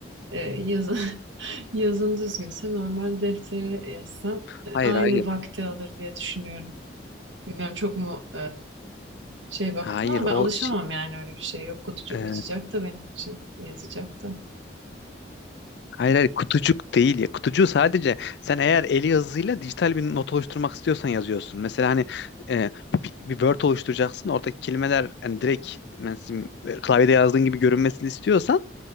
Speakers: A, on the right (about 80°); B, on the left (about 65°).
A: E, yazın, <laughs> yazın düzgünse normal deftere yazsan e,
B: hayır
A: aynı
B: hayır.
A: vakti alır diye düşünüyorum. Bilmiyorum çok mu şey baktım
B: Hayır
A: ama ben
B: o
A: alışamam
B: şey,
A: yani öyle bir şey. Yok kutucuk
B: e,
A: açacak da benim için yazacak da.
B: Hayır hayır kutucuk değil ya. Kutucuğu sadece sen eğer eli yazısıyla dijital bir not oluşturmak istiyorsan yazıyorsun. Mesela hani e, bir, bir Word oluşturacaksın. Oradaki kelimeler hani direkt mesela, e, klavyede yazdığın gibi görünmesini istiyorsan